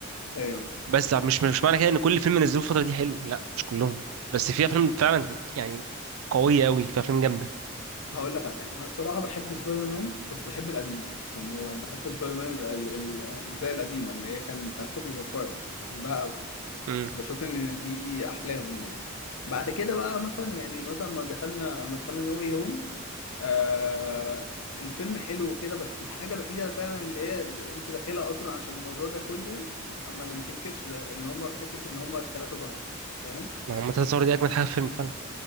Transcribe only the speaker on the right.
بس مش مش معنى كده ان كل فيلم نزلوه الفتره دي حلو لا مش كلهم بس في افلام فعلا يعني قويه قوي في افلام جامده
امم
ما هو منتهى الصور دي اجمد حاجه في الفيلم فعلا